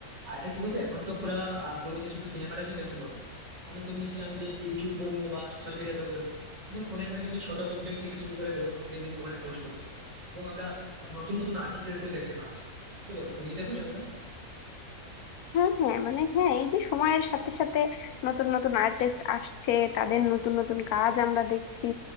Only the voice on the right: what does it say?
আর এটা কি বলতো এখন তো পুরা আহ, পুরো যে শুধু সিনেমাটা হচ্ছে তেমন বলবো এমন তুমি নিশ্চয়ই জানো যে ইউটিউব বলো বা সোশ্যাল মিডিয়াতে বলো মানে অনেক অনেক কিন্তু ছোট কন্টেন্ট থেকে শুরু করে বড় কন্টেন্ট কিন্তু ওখানে পোস্ট হচ্ছে এবং আমরা নতুন নতুন আর্টিস্টদেরকেও দেখতে পাচ্ছি কি বলো তুমি কি দেখো সেগুলো